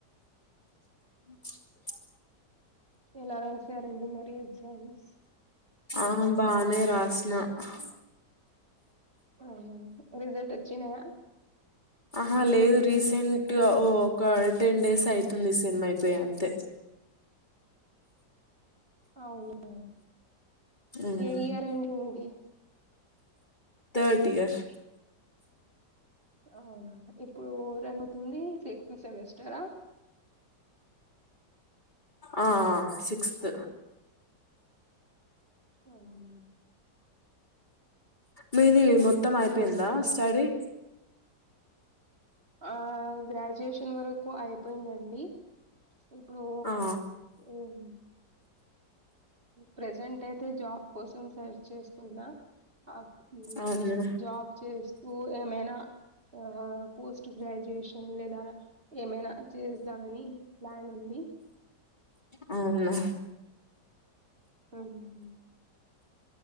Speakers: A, on the left; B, on the right.
A: అ
B: ఎలాారాసే రెం మార ఎజాన్స్
A: అహ బానే రాస్నా హ
B: అవునా రిజల్ట్ వచ్చినయా
A: ఆహా లేదు రీసెంట్ గా ఓ ఒక టెన్ డేస్ అయితుంది సిమ్ అయిపోయి అంతే
B: అవునా
A: ఉమ్
B: ఏ year ending the
A: third year
B: అవునా ఇప్పుడు రంగతుంది సిక్స్త్ సెమిస్టరా
A: ఆ సిక్స్త్
B: ఆ అవునా
A: మీది మొత్తం అయిపోయిందా
B: ఇంకేంటండి
A: స్టడీ
B: ఆ గ్రాడ్యుయేషన్ వరకు అయిపోయిందండి ఇప్పుడు
A: ఆ
B: ఉమ్ ప్రజెంట్ అయితే జాబ్ కోసం సెర్చ్ చేస్తున్నా అప్
A: అవును
B: జాబ్ చేస్త ఉ ఏమైనా ఆ పోస్ట్ గ్రాడ్యుయేషన్ లేదా ఏమైనా చేద్దామని ప్లాన్ ఉంది
A: అవును
B: అవును